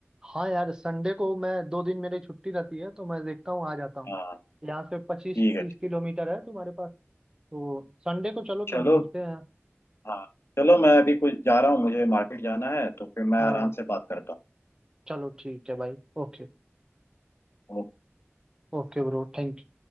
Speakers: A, on the right (about 15°); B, on the left (about 60°).
A: हाँ यार संडे को मैं दो दिन मेरी छुट्टी रहती है तो मैं देखता हूँ आ जाता हूँ
B: हाँ
A: यहाँ से पच्चीस
B: ठीक है
A: तीस
B: ठीक
A: किलोमीटर
B: है।
A: है तुम्हारे पास तो संडे को चलो तो
B: चलो
A: मिलते हैं
B: हाँ चलो मैं अभी कुछ जा रहा हूँ मुझे मार्केट जाना है तो फिर मैं
A: हाँ
B: आराम से बात करता
A: चलो ठीक है भाई okay
B: हूँ
A: Okay bro thank you